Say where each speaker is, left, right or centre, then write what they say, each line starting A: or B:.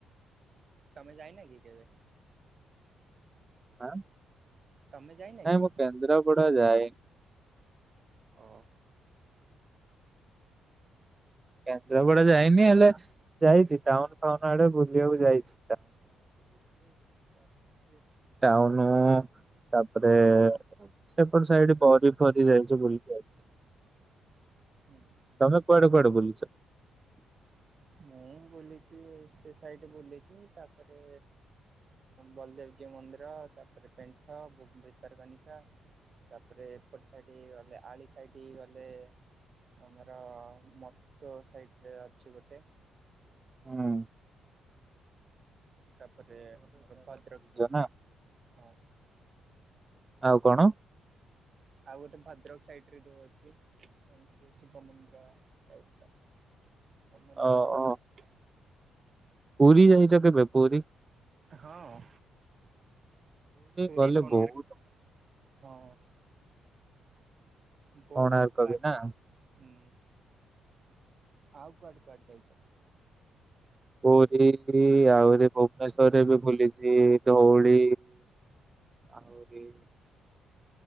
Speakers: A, on the right; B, on the right.
A: ତମେ ଯାଇନା କି କେବେ?
B: ହଁ ନାଇଁ
A: ତମେ ଯାଇନା କି
B: ମୁଁ କେନ୍ଦ୍ରାପଡା ଯାଏ।
A: ଓ
B: କେନ୍ଦ୍ରାପଡା ଯାଇନି ହେଲେ ଯାଇଛି ଟାଉନ ଫାଉନ ଆଡେ ବୁଲିବାକୁ ଯାଇଛି। ଟାଉନୁ ଆଉ ଟାପରେ ସେପଟ ସାଇଟ୍ ବରି ଫରି ଯାଇଚୁ ବୁଲି କି ଆଇଚି।
A: ମୁଁ
B: ତମେ କୁଆଡେ କୁଆଡେ ବୁଲିଚ? <inaudible>
A: ମୁଁ ବୁଲିଛି ସେ ସାଇଟ ବୁଲିଛି ତାପରେ ବଲଦେବଜୀ ମନ୍ଦିର, ତାପରେ ପେଣ୍ଠ ଭିତରକନିକା ତାପରେ ଏପଟ ସାଇ ଆଳି ସାଇଟ୍ ବଲେ ଆମର ମତ ସାଇଟରେ ଅଛି ଗୋଟେ
B: ହଁ।
A: ତାପରେ ଆମର ଭଦ୍ରକ ସ
B: ନା
A: ହଁ।
B: ଆଉ କଣ?
A: ଆଉ ଗୋଟେ ଭଦ୍ରକ ସାଇଡ ରେ ଯୋଉ ଅଛି କଣ ସେ ଶିବ ମନ୍ଦିର ଟାଇପ ର କମନ
B: ଓ
A: କ ବିଷୟ
B: ଓ ପୁରୀ ଯାଇଛ କେବେ ପୁରୀ
A: ହଁ। ପୁରୀ
B: ଗଲେ
A: କୋଣାର୍କ
B: ବହୁତ
A: ହଁ। ବହୁତ
B: କୋଣାର୍କ
A: ବାଟ୍
B: ବି ନା।
A: ହୁଁ। ଆଉ କୁଆଡେ କୁଆଡେ ଯାଇଛ।
B: ହରି ଆହୁରି ଭୁବନେଶ୍ଵରରେ ବି ବୁଲିଛି ଧଉଳି ଆହୁରି